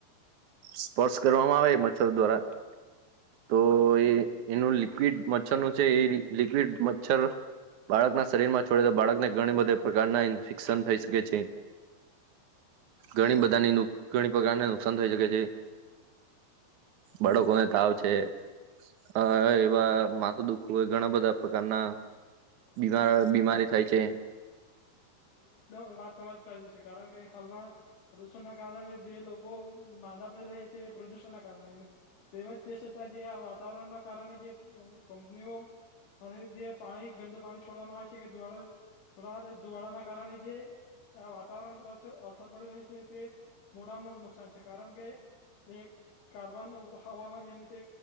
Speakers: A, on the right; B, on the left.
A: સ્પર્શ કરવામાં આવે મચ્છરો દ્વારા. તો એ એનું લિક્વિડ મચ્છરનું છે એ લિક્વિડ મચ્છર બાળક ના શરીર માં છોડે તો બાળકને ઘણી બધા પ્રકારના ઇન્ફેક્શન થઈ શકે છે.
B: હમ.
A: ઘણી બધાની ઘણી પ્રકારને નુકસાન થઈ શકે છે. બાળકો ને તાવ છે. હ એવા માથું દુખવ હોય ઘણા બધા પ્રકારના.
B: રોગ
A: બીમાર
B: થયો
A: બીમારી થાય છે.
B: હા એકદમ વાત તમારી સાચ છે કારણ કે હાલમાં પ્રદુષણ ના કારણે જે લોકો દા પડી રહ્યા છે એ પ્રદુષણ ના કારણે. તેમજ તે છતાં જે આ વાતાવરણના કારણે જે કંપનીઓ જે પાણી ગંદુ પાણી છોડવામાં આવે છે કે દુવાડો છોડ દુવાડાના કારણે જે આ વાતાવરણ પર અસર પડી રહી છે તે, મોટા મોટું નુકસાન છે, કારણ કે તે કાર્બન હવામાં જઈને તે